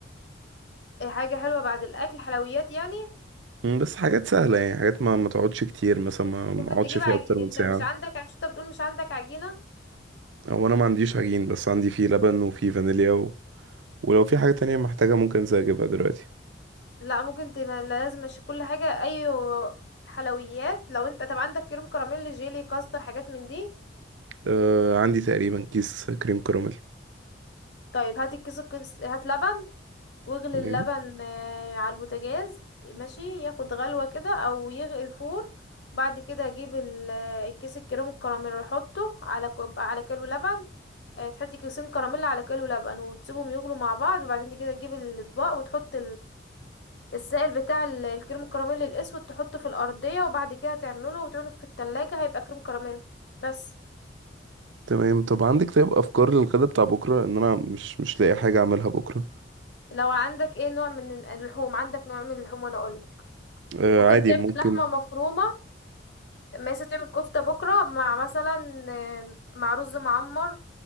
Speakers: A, on the left (about 70°); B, on the right (about 90°).
A: آه، حاجة حلوة بعد الأكل حلويات يعني
B: مم، بس حاجات سهله يعني حاجات ما ما تقعدش كتير مثلا ما ما
A: ممكن
B: اقعدش
A: تجيب
B: فيها
A: عج...
B: اكتر من
A: انت
B: ساعه
A: مش عندك عشان انت بتقول مش عندك عجينة
B: او انا ما عنديش عجين بس عندي فيه لبن وفيه فانيليا ولو في حاجة تانية محتاجة ممكن زي أجيبها دلوقتي
A: لا ممكن تبقى لازم مش كل حاجة اي حلويات لو انت طب عندك كريم كراميل جيلي كاستر حاجات من دي
B: آه عندي تقريبا كيس كريم كراميل
A: طيب هات الكيس الكيس هات لبن واغلي
B: تمام
A: اللبن آه، على البوتاجاز ماشي ياخد غلوة كده او يغلي فور بعد كده اجيب ال- آه، الكيس الكريم الكراميل احطه على كوب على كيلو لبن آه، تحطي كيسين كراميل على كيلو لبن وتسيبهم يغلوا مع بعض وبعدين كده تجيب الاطباق وتحط السائل بتاع ال- الكريم الكراميل الاسود تحطه في الارضيه وبعد كده تعمله وتعينه في التلاجة هيبقى كريم كراميل بس
B: تمام طب عندك طيب أفكار للغدا بتاع بكرة إن أنا مش مش لاقي حاجة أعملها بكرة
A: لو عندك ايه نوع من ال- اللحوم عندك نوع من اللحوم وانا اقول
B: آه
A: ممكن
B: عادي
A: تعمل
B: ممكن
A: لحمه مفرومه مثلا تعمل كفته بكره مع مثلا آه، مع رز معمر